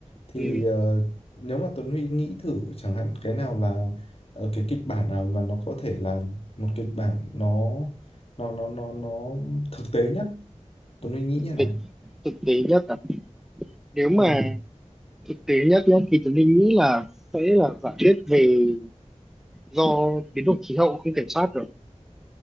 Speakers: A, on the left; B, in the centre.
A: Thì
B: ừ,
A: ờ, nếu mà Tuấn Huy nghĩ thử chẳng hạn cái nào là ờ, cái kịch bản nào mà nó có thể là một kịch bản nó nó nó nó nó thực tế nhất, Tuấn Huy nghĩ như nào?
B: thực, thực tế nhất là nếu mà
A: Ừ.
B: thực tế nhất nhé thì tôi nghĩ là sẽ là giả thuyết về do biến đổi khí hậu không kiểm soát được